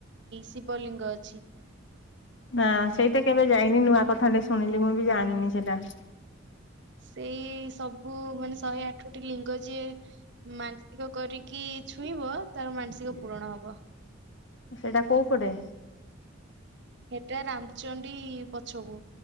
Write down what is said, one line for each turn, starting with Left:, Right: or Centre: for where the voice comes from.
Right: ଶିବଲିଙ୍ଗ ଅଛି।
Left: ନା ସେଇଟା କେବେ ଯାଇନି ନୂଆ କଥାଟେ ଶୁଣିଲି ମୁଁ ବି ଜାଣିନି ସେଇଟା।
Right: ସେଇ ସବୁ ମାନେ ଶହେ ଆଠଟି ଲିଙ୍ଗ ଯିଏ ମାନସିକ କରିକି କି ଛୁଇଁବ ତାର ମାନସିକ ପୂରଣ ହବ।
Left: ସେଟା କୋଉ ପଟେ।
Right: ହେଟା ରାମଚଣ୍ଡୀ ପଛକୁ।